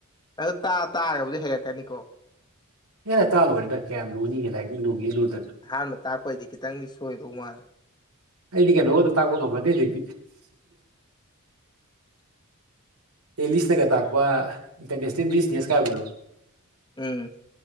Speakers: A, on the left; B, on the right.
A: ꯑꯗꯨ ꯇꯥꯛꯑ-ꯇꯥꯛꯑꯕꯨꯗꯤ ꯍꯩꯔꯛꯀꯅꯤꯀꯣ
B: ꯍꯦꯔꯥ ꯇꯥꯂꯛꯑ ꯂꯣꯏꯔꯦꯗ ꯀꯌꯥꯝ ꯂꯨꯅꯤꯒꯦ ꯂꯥꯏꯔꯤꯛꯅ ꯂꯨꯒꯦ ꯂꯨꯔꯥꯗꯅ
A: ꯑꯍꯥꯟꯕ ꯇꯥꯛꯄꯩꯗꯤ ꯈꯤꯇꯪꯗꯤ ꯁꯣꯏꯗꯧ ꯃꯥꯜꯂꯦ
B: ꯑꯩꯗꯤ ꯀꯩꯅꯣꯒꯗꯣ ꯇꯥꯛꯄ ꯉꯝꯃꯅꯤ ꯍꯧꯖꯤꯛꯇꯤ ꯑꯦꯂꯤꯁꯅꯒ ꯇꯥꯛꯄ ꯏꯟꯇ꯭ꯔꯅꯦꯁꯅꯦꯜ ꯕꯤꯖꯤꯅꯦꯁ ꯀꯥ ꯍꯥꯏꯕꯗꯣ
A: ꯎꯝ